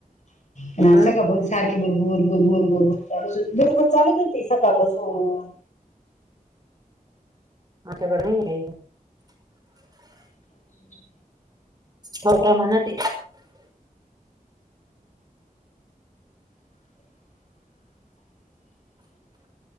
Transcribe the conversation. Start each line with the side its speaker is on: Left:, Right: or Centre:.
Left: पण असं
Right: हम्म,
Left: का बोल सारखे बरबर बरबर बरबर बरोबर चालूत होती सकाळपासून
Right: माझ्याकड नाही आहे
Left: हम्म
Right: थो प्रमाणात
Left: हम्